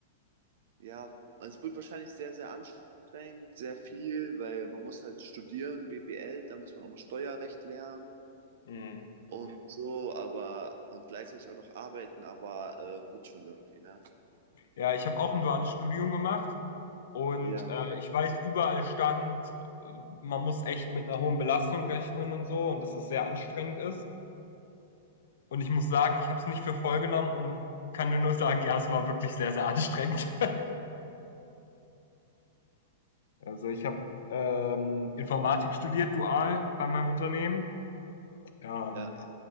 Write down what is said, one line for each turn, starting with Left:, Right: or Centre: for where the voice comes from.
Right: Ja, also es wird wahrscheinlich sehr, sehr anstrengend, sehr viel, weil man muss halt studieren, BWL, da muss man auch noch Steuerrecht lernen
Left: Mhm.
Right: und so, aber und gleichzeitig auch noch arbeiten, aber äh, wird schon irgendwie, ne?
Left: Ja, ich habe auch ein duales Studium gemacht und
Right: Ja,
Left: äh, ich weiß, überall stand, äh, man muss echt mit einer hohen Belastung rechnen und so und dass es sehr anstrengend ist. Und ich muss sagen, ich habe es nicht für voll genommen und kann dir nur sagen, ja, es war wirklich sehr, sehr anstrengend. Also ich habe ähm, Informatik studiert, dual bei meinem Unternehmen. Ähm,
Right: ja,